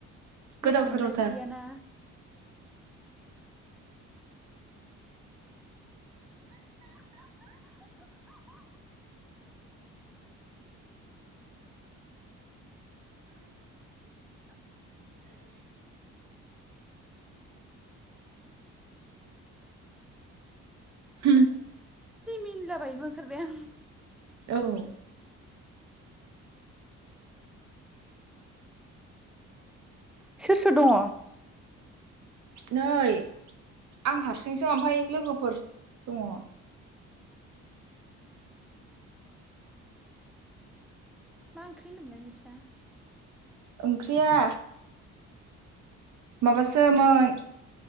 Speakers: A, on the right; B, in the centre.
A: गोदाव
B: मोजां मोननायबो
A: सोरावथार।
B: गैयाना।
A: होम
B: मिनलाबायबो ओंखारबाय आं।
A: औ
B: सोर सोर दङ।
A: नै आं हारसिंसो ओमफाय लोगोफोर दङ।
B: मा ओंख्रि होन्दोंमोनलाय नोंसिना?
A: ओंख्रिया माबासोमोन